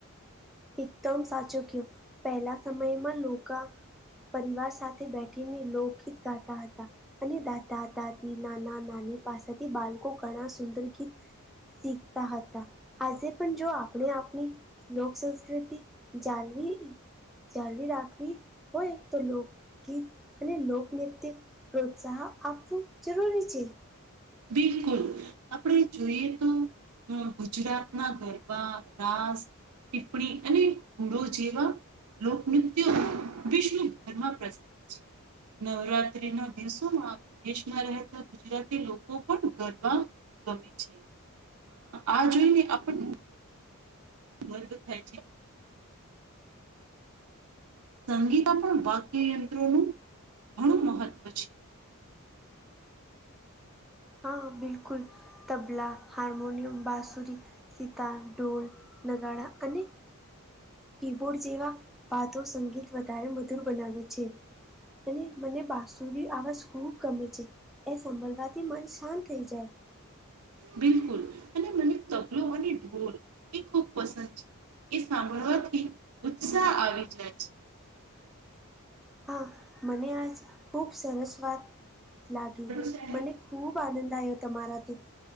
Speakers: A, in the centre; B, on the right.
A: એકદમ સાચું કયુ પહેલાં સમયમાં લોકા પરિવાર સાથે બેઠીને લોકગીત ગાતાં હતાં. અને દાદા-દાદી, નાનાં-નાની પાસેથી બાળકો ઘણાં સુંદર ગીત શીખતા હતા આજે પણ જો આપણે આપણી લોકસંસ્ કૃતિ જાલવી જાલવી રાખવી હોય તો લોક ગીત અને લોકનૃત્ય પ્રોત્સાહ આપવું જરૂરી છે.
B: બિલકુલ. આપણે જોઈએ તો ગુજરાતનાં ગરબા, રાસ ટીપ્પણી અને હૂડો જેવાં લોકનૃત્યો વિશ્વભરમાં પ્રસિદ્ધ છે. નવરાત્રીના દિવસોમાં વિદેશમાં રહેતાં ગુજરાતી લોક કો પણ ગરબા ગમે છે આ જોઈને આપણને મર્ગ થાય છે. સંગીતા પણ વાઘ્ય યંત્રોનું ઘણું મહત્વ છે.
A: હા, બિલકુલ. તબલા, હાર્મોનિયમ, બાસુરી, સિતાર, ઢોલ, નગાડા અને કી-બોર્ડ જેવા વાધ્યો સંગીત વધારે મધુર બનાવે છે. અને મને બાસુરી આવાજ ખુબ ગમે છે. એ સંભળવાથી મન શાંત થઈ જાય.
B: બિલકુલ અને મને તબલો અને ઢોલ ખૂબ પસંદ છે એ સાંભળવાથી ઉત્સાહ આવી જાય છે.
A: હા મને આજ ખૂબ સરસ્ વાત લાગી
B: છે.
A: મને ખૂબ આનંદ આવ્યો તમારાથી